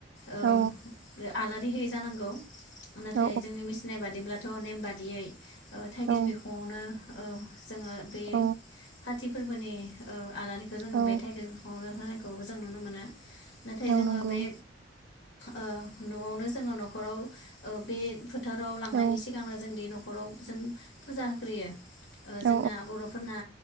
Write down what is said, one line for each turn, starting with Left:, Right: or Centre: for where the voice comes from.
Left: ओ
Right: औ
Left: आलारि होयो जानांगौ नाथाय
Right: औ
Left: जोंनि मिथिनाय बादिब्ला थ नेम बादियै थाइगिर
Right: औ
Left: बिखङावनो औ जोङो बे
Right: औ
Left: का ति फोरबोनि औ आलारिखौ जोङो
Right: औ
Left: बे टाइगिर बिखङावनो होनाय खौबो जों नुनो मोनो नाथाय
Right: औ
Left: जोङो
Right: नंगौ
Left: बे ओ नआवनो जोङो नखराव ओ बे फो फोथाराव लांनायनि
Right: औ
Left: सिगांनो जोंदि न न'खराव जों फुजा होग्रोयो ओ
Right: औ
Left: जोंना बर'फोरना